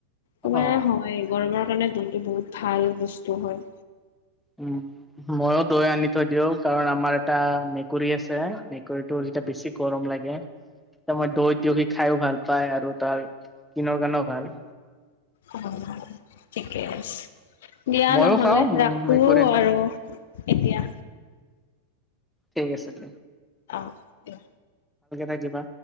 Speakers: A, on the left; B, in the centre.
A: তোমাৰ
B: অ
A: হয় গৰমৰ কাৰণে দৈ টো বহুত ভাল বস্তু হয়।
B: উম ময়ো দৈ আনি থৈ দিওঁ কাৰণ আমাৰ এটা মেকুৰী আছে মেকুৰীটোৰ যেতিয়া বেছি গৰম লাগে তাৰ মই দৈ দয়খি খাইো ভাল পায় আৰু তাৰ ইস্কিনৰ কাৰণেও ভাল।
A: অ ঠিকে আছে। দিয়া
B: মইয়ো
A: নহলে
B: খাওঁ
A: ৰাখো
B: মেকুৰীয়ে খাওঁ
A: আৰু এতিয়া।
B: ঠিক আছে দে।
A: অ দিয়া।
B: থাকিবা।